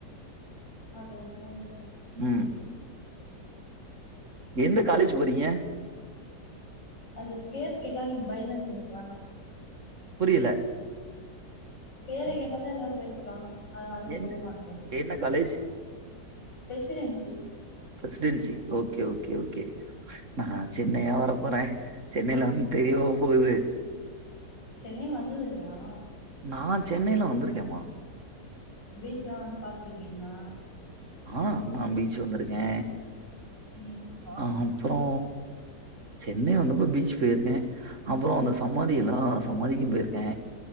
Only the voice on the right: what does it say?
ம் எந்த காலேஜ் போறீங்க
புரியல
என்ன
என்ன college
Presidency okay okay okay நா சென்னையா வர போற சென்னைல வந்து தெரியவா போகுது
நா சென்னைலா வந்திருக்கேமா
ஆ நா பீச் வந்திருக்கே
அ அப்றொ சென்னை வந்தப்ப பீச் போயிருக்க அப்புறொ அந்த சமாதி எல்லா சமாதிக்கு போயிருக்கே